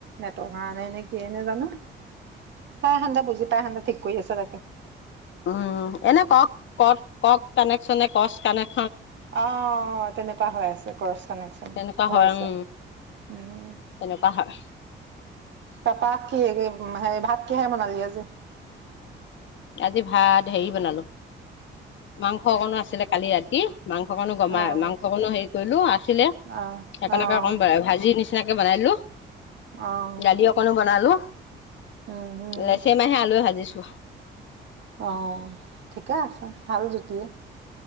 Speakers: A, on the right (about 65°); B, on the left (about 70°).
A: নেটৰ কাৰণে নে কিয় নে জানো? পাই সিহতে বুজি পাই, সিহতে ঠিক কৰি আছে তাকে।
B: উম এনে কওক ক কওক কানেকচনে কচ কানেক
A: অ' তেনেকুৱা হৈ আছে ক্ৰচ কানেকচন
B: তেনেকুৱা
A: হৈ
B: হয়
A: আছে,
B: উম
A: উম।
B: তেনেকুৱা হয়
A: তাপা কি হেই কি ভাত কিহে বনালি আজি?
B: আজি ভাত হেৰি বনালো, মাংস অকণো আছিলে কালি ৰাতি। মাংস কণো
A: অ',
B: গমাই মাংসকণো হেৰি কৰিলো আছিলে,
A: অ',
B: সেইকাৰণকে
A: অ',
B: অকণ ভাজি নিচি <unintelligible> বনাই দিলো।
A: অ',
B: দালি অকনো বনালো,
A: উম, উম,
B: লেচেই মাহে আলুৱে ভাজিছো।
A: অ' ঠিকে আছে ভাল জুতিয়ে।